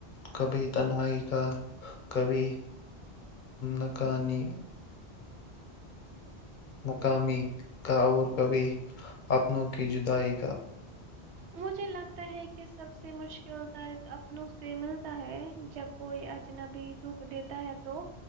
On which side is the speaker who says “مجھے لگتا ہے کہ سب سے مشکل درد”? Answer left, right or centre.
Right